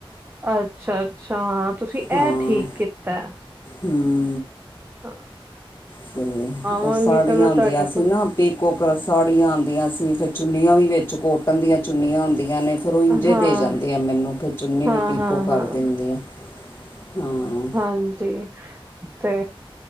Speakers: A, on the right; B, on the left.
A: ਅੱਛਾ-ਅੱਛਾ ਤੁਸੀਂ
B: ਹਾਂ
A: ਇਹ ਠੀਕ ਕੀਤਾ।
B: ਹੂੰ।
A: ਹਾਂ
B: ਅਤੇ
A: ਆਵਾਂਗੀ
B: ਉਹ ਸਾੜੀਆ
A: ਫਿਰ ਮੈਂ
B: ਹੁਉਂਦੀਆਂ
A: ਤੁਹਾਡੇ
B: ਸੀ
A: ਕੋਲ
B: ਨਾ ਪੀਕੋ ਕਰੋ ਸਾੜੀਆਂ ਆਉਂਦੀਆਂ ਸੀ ਫੇਰ ਚੁੰਨੀਆਂ ਵੀ ਵਿੱਚ ਕੋਟਨ ਦੀਆਂ ਚੁੰਨੀਆਂ ਆਦੀਆਂ ਨੇ ਫੇਰ ਉਹ ਇੰਜੇ
A: ਹਾਂ
B: ਦੇ ਜਾਂਦੇ ਆ ਮੈਨੂੰ ਫੇਰ ਚੁੰਨੀ ਵੀ
A: ਹਾਂ
B: ਪੀਕੋ
A: ਹਾਂ
B: ਕਰ
A: ਹਾਂ
B: ਦਿੰਦੀ ਆ, ਹੂੰ।
A: ਹਾਂਜੀ ਤੇ